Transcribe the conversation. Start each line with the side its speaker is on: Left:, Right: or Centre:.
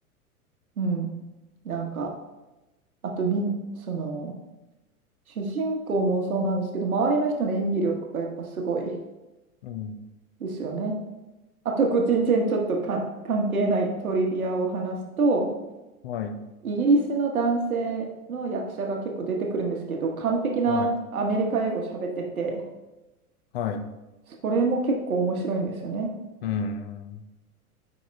Right: うん。なんか、あとみん、その、主人公もそうなんですけど、周りの人の演技力がやっぱすごい
Left: うん、
Right: ですよね。あと、こう全然ちょっとか関係ないトリビアを話すと、
Left: はい、
Right: イギリスの男性の役者が結構出てくるんですけど、完璧なアメリカ英語喋ってて、
Left: はい、はい、
Right: それも結構面白いんですよね。
Left: うん、